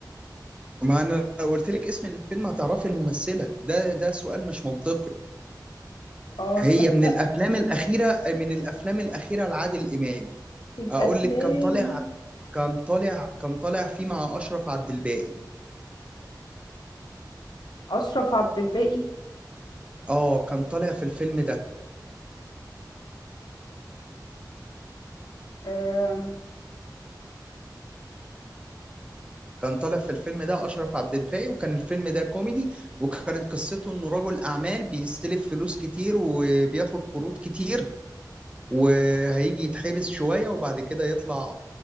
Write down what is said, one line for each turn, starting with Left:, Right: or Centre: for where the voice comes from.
Right: ما انا لو قلت لك اسم الفيلم هتعرفي الممثله ده ده سؤال مش منطقي
Left: اه
Right: هي
Left: تصدق
Right: من الافلام الاخيره من الافلام الاخيره لعادل امام
Left: الافلام
Right: اقول لك كان طالع كان طالع كان طالع فيه مع اشرف عبد الباقي
Left: اشرف عبد الباقي
Right: اه كان طالع في الفيلم ده
Left: آم،
Right: كان طالع في الفيلم ده أشرف عبد الباقي وكان الفيلم ده كوميدي وكانت قصته إنه رجل أعمال بيستلف فلوس كتير وبياخد قروض كتير وهيجي يتحبس شوية وبعد كده يطلع